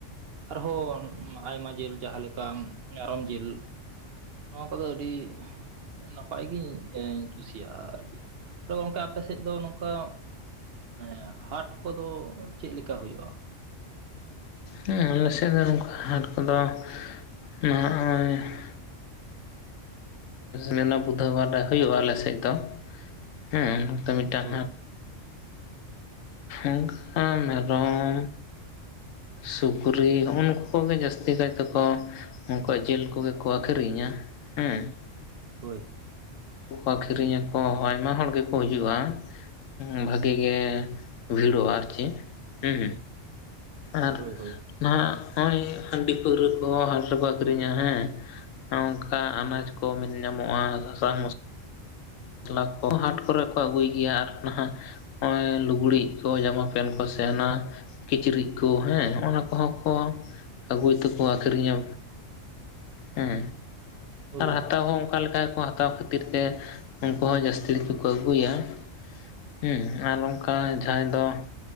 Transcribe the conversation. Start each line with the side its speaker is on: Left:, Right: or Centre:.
Right: ᱟᱨᱦᱚᱸ ᱟᱭᱢᱟ ᱼᱼ ᱡᱤᱞ, ᱡᱟᱦᱟᱸ ᱞᱮᱠᱟ ᱢᱮᱨᱚᱢ ᱡᱤᱞ᱾ ᱱᱚᱣᱟ ᱠᱚᱫᱚ ᱟᱹᱰᱤ ᱼᱼ ᱱᱟᱯᱟᱭ ᱜᱤᱧ ᱤᱧ ᱠᱩᱥᱤᱭᱟᱜᱼᱟ ᱟᱨᱠᱤ᱾ ᱛᱚ ᱚᱱᱠᱟ ᱟᱯᱮ ᱥᱮᱫ ᱫᱚ ᱱᱚᱝᱠᱟ ᱼᱼ ᱮᱸ ᱦᱟᱴ ᱠᱚᱫᱚ ᱪᱮᱫ ᱞᱮᱠᱟ ᱦᱩᱭᱩᱜᱼᱟ?
Left: ᱦᱮᱸ ᱟᱞᱮ ᱥᱮᱫ ᱫᱚ ᱱᱚᱝᱠᱟ ᱦᱟᱴ ᱠᱚᱫᱚ ᱱᱚᱜᱼᱚᱭ ᱼᱼ ᱢᱮᱱᱟ ᱵᱩᱫᱷᱚ ᱵᱟᱨ ᱰᱟᱠ ᱦᱩᱭᱩᱜᱼᱟ ᱟᱞᱮᱥᱮᱫ ᱫᱚ ᱦᱮᱸ ᱼᱼ ᱚᱱᱟ ᱢᱤᱫᱴᱟᱝ
Right: ᱦᱳᱭ
Left: ᱚᱝᱠᱟ ᱢᱮᱨᱚᱢ ᱥᱩᱠᱨᱤ ᱦᱚᱜᱼᱚᱭ ᱱᱩᱠᱩ ᱠᱚᱜᱮ ᱡᱟᱥᱛᱤ ᱠᱟᱭ ᱛᱮᱠᱚ ᱩᱱᱠᱩᱣᱟᱜ ᱡᱤᱞ ᱠᱚᱜᱮ ᱠᱚ ᱟᱹᱠᱷᱨᱤᱧᱟ ᱦᱮᱸ
Right: ᱦᱳᱭ
Left: ᱩᱱᱠᱩ ᱠᱚ ᱟᱹᱠᱷᱨᱤᱧ ᱟᱠᱚ ᱟᱭᱢᱟ ᱦᱚᱲ ᱜᱮᱠᱚ ᱦᱤᱡᱩᱜ-ᱟ᱾ ᱵᱷᱟᱜᱮ ᱜᱮ ᱵᱷᱤᱲᱚᱜᱼᱟ ᱟᱨᱤ ᱦᱩᱸ ᱟᱨ
Right: ᱦᱳᱭ ᱦᱳᱭ
Left: ᱱᱚᱜᱼᱚᱭ ᱦᱟᱺᱰᱤ ᱯᱟᱹᱣᱨᱟᱹ ᱠᱚ ᱦᱟᱴ ᱨᱮᱠᱚ ᱟᱹᱠᱷᱨᱤᱧᱟ ᱦᱮᱸ ᱚᱝᱠᱟ ᱟᱱᱟᱡᱽ ᱠᱚ ᱧᱟᱢᱚᱜᱼᱟ ᱥᱟᱥᱟᱝ ᱢᱚᱥᱞᱟ ᱢᱚᱥᱞᱟ ᱠᱚ ᱦᱟᱴ ᱠᱚᱨᱮᱜ ᱠᱚ ᱟᱹᱜᱩᱭ ᱜᱮᱭᱟ ᱟᱨ ᱱᱟᱦᱟᱜ ᱦᱚᱜᱼᱚᱭ ᱞᱩᱜᱽᱲᱤᱡ ᱠᱚ ᱡᱟᱢᱟ ᱯᱮᱱ ᱠᱚ ᱥᱮ ᱚᱱᱟ ᱠᱤᱪᱨᱤᱡ ᱠᱚ ᱦᱮᱸ ᱦᱚᱜᱚ ᱱᱟ ᱠᱚᱦᱚᱸ ᱠᱚ ᱟᱹᱜᱩᱭ ᱛᱮᱠᱚ ᱟᱹᱠᱷᱨᱤᱧᱟ ᱦᱮᱸ
Right: ᱦᱳᱭ
Left: ᱟᱨ ᱦᱟᱛᱟᱣ
Right: ᱦᱳᱭ
Left: ᱦᱚᱸ ᱚᱱᱠᱟ ᱞᱮᱠᱟ ᱜᱮ ᱠᱚ ᱦᱟᱛᱟᱣ ᱠᱷᱟᱹᱛᱤᱨ ᱛᱮ ᱼᱼ ᱩᱱᱠᱩ ᱦᱚᱸ ᱡᱟᱹᱥᱛᱤ ᱡᱤᱞ ᱠᱚ ᱠᱚ ᱟᱹᱜᱩᱭᱟ᱾ ᱦᱩᱸ ᱟᱨ ᱚᱱᱠᱟ ᱡᱟᱦᱟᱸᱭ ᱫᱚ ᱼᱼ